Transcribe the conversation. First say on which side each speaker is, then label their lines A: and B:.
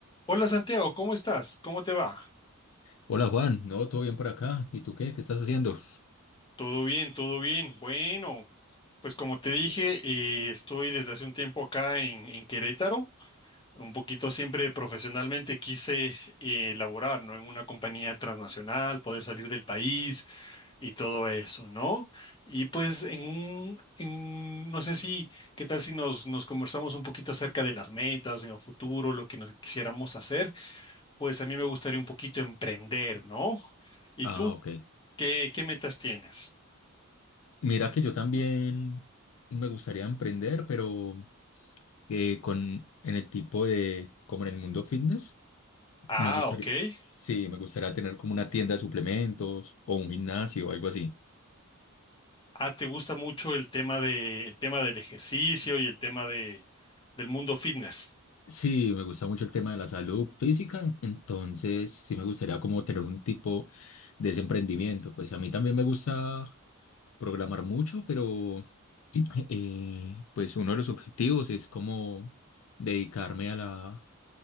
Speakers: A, on the left; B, on the left.
A: Hola Santiago, ¿cómo estás? ¿Cómo te va?
B: Hola Juan, no, todo bien por acá. ¿Y tú qué? ¿Qué estás haciendo?
A: Todo bien, todo bien. Bueno, pues como te dije, eh, estoy desde hace un tiempo acá en, en Querétaro. Un poquito siempre profesionalmente quise eh, laborar, ¿no? En una compañía transnacional, poder salir del país y todo eso, ¿no? Y pues en un, en- no sé si, ¿qué tal si nos, nos conversamos un poquito acerca de las metas en el futuro, lo que nos quisiéramos hacer? Pues a mí me gustaría un poquito emprender, ¿no? ¿Y
B: Ah,
A: tú?
B: ok.
A: ¿Qué, qué metas tienes?
B: Mira que yo también me gustaría emprender, pero eh, con en el tipo de, como en el mundo fitness,
A: Ah,
B: me gustaría,
A: ok.
B: sí, me gustaría tener como una tienda de suplementos o un gimnasio o algo así.
A: Ah, ¿te gusta mucho el tema de, el tema del ejercicio y el tema de, del mundo fitness?
B: Sí, me gusta mucho el tema de la salud física, entonces sí me gustaría como tener un tipo de ese emprendimiento. Pues a mí también me gusta programar mucho, pero <clears throat> eh, pues uno de los objetivos es como dedicarme a la,